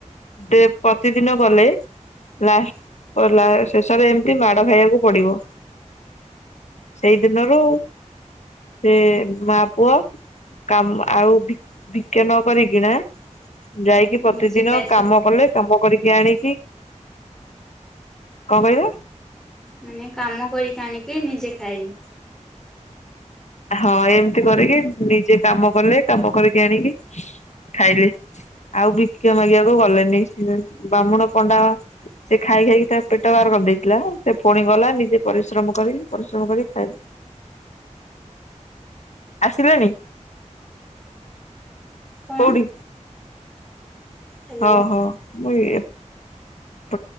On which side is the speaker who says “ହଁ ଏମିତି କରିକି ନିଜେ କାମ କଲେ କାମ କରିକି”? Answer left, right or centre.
Left